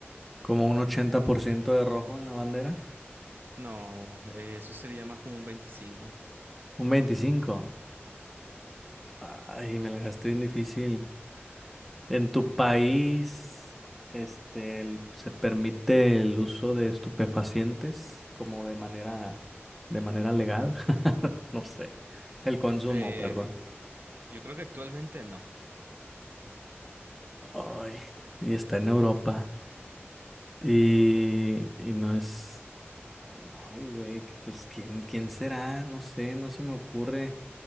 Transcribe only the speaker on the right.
No, eh, eso sería más como un veinticinco
Eh,
yo creo que actualmente no.